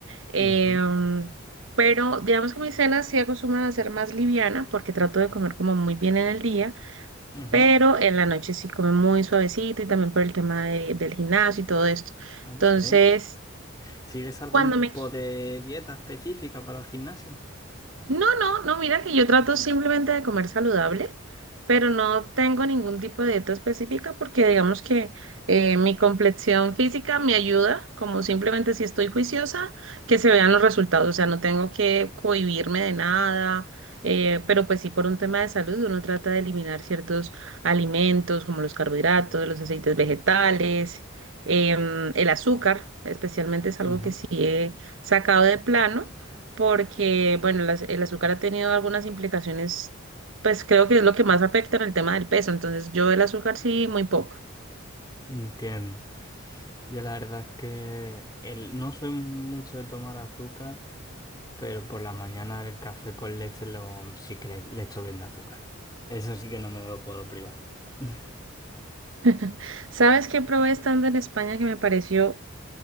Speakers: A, on the right; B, on the left.
A: em,
B: Ujú,
A: pero digamos que mi cena sí acostumbran a ser más liviana porque trato de comer como muy bien en el día,
B: ujú,
A: pero en la noche sí come muy suavecito y también por el tema de- del gimnasio y todo esto.
B: ok.
A: Entonces,
B: ¿Sigues algún
A: cuando
B: tipo
A: me
B: de dieta específica para el gimnasio?
A: No, no, no, mira que yo trato simplemente de comer saludable, pero no tengo ningún tipo de dieta específica porque digamos que eh, mi complexión física me ayuda, como simplemente si estoy juiciosa, que se vean los resultados, o sea, no tengo que cohibirme de nada, eh, pero pues sí por un tema de salud uno trata de eliminar ciertos alimentos como los carbohidratos, los aceites vegetales, em, el azúcar, especialmente es algo
B: Ujú,
A: que sí he sacado de plano porque, bueno, las- el azúcar ha tenido algunas implicaciones, pues creo que es lo que más afecta en el tema del peso, entonces yo el azúcar sí, muy poco.
B: Entiendo. Yo la verdad es que el- no soy mucho de tomar azúcar, pero por la mañana el café con leche lo, sí que le, le echo bien de azúcar. Eso sí que no me lo puedo privar. <laughs>
A: <laughs> ¿Sabes qué probé estando en España que me pareció